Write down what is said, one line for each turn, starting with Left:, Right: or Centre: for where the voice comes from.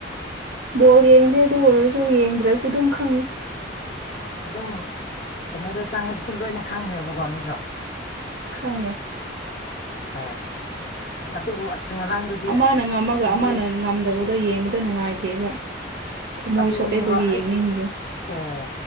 Right: ꯕꯣꯜ ꯌꯦꯡꯗꯦ ꯑꯗꯨ ꯑꯣꯏꯔꯁꯨ ꯌꯦꯡꯗ꯭ꯔꯁꯨ ꯑꯗꯨꯝ ꯈꯪꯉꯤ
Left: ꯑꯗꯨꯝ ꯀꯩꯅꯣꯗ ꯆꯪꯉꯗꯤ ꯑꯗꯨꯝ ꯂꯣꯏꯅ ꯈꯪꯈ꯭ꯔꯦꯕꯀꯣ ꯅꯠꯇ꯭ꯔꯣ
Right: ꯈꯪꯒꯦ
Left: ꯍꯥꯏꯣꯏ ꯑꯗꯨꯕꯨ ꯑꯁ ꯉꯔꯥꯡꯗꯨꯗꯤ
Right: ꯑꯃꯅ
Left: ꯑꯁ
Right: ꯉꯝꯃꯒ
Left: ꯊꯃꯣꯏ
Right: ꯑꯃꯅ ꯉꯝꯗꯕꯗꯣ ꯌꯦꯡꯕꯗ ꯅꯨꯡꯉꯥꯏꯇꯦꯕ ꯊꯃꯣꯏ
Left: ꯑꯗꯨꯅꯦꯕ
Right: ꯁꯣꯛꯑꯦ ꯑꯗꯨꯒꯤ
Left: ꯑꯩ
Right: ꯌꯦꯡꯅꯤꯡꯗꯦ
Left: ꯑꯣ